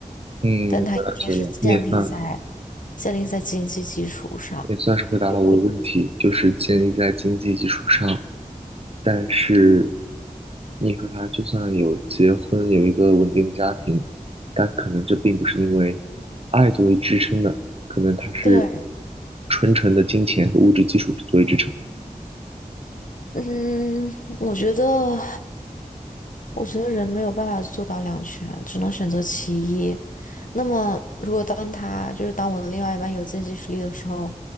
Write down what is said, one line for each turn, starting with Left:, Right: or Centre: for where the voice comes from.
Right: 嗯，
Left: 但它一定是建立在
Right: 我了解了，你也算
Left: 建立在经济基础上。
Right: 也算是回答了我的问题，
Left: 我
Right: 就是建立在经济基础上。但是你和他就算有结婚，有一个稳定的家庭，但可能这并不是因为爱作为支撑的，可能它是
Left: 对，
Right: 纯纯的金钱和物质基础作为支撑的。
Left: 嗯，我觉得，我觉得人没有办法做到两全，只能选择其一。那么，如果当他就是当我的另外一半有经济实力的时候，